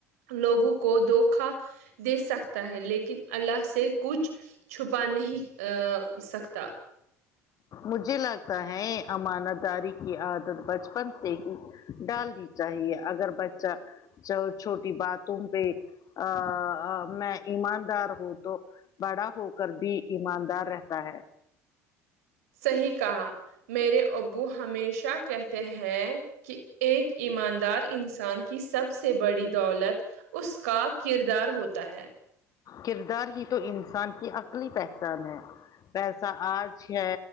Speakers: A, on the right; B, on the left.
A: لوگوں کو دھوکا دے سکتا ہے لیکن اللہ سے کچھ چھپا نہیں ا سکتا
B: مجھے لگتا ہے امانت داری کی عادت بچپن سے ہی ڈالنی چاہیے اگر بچہ چ چھوٹی باتو پہ ا ا میں ایماندار ہوں تو بڑا ہو کر بھی ایماندار رہتا ہے
A: صحیح کہا میرے ابو ہمیشہ کہتے ہیں کہ ایک ایماندار انسان کی سب سے بڑی دولت اس کا کردار ہوتا ہے
B: کردار ہی تو انسان کی اصلی پہچان ہے پیسہ آج ہے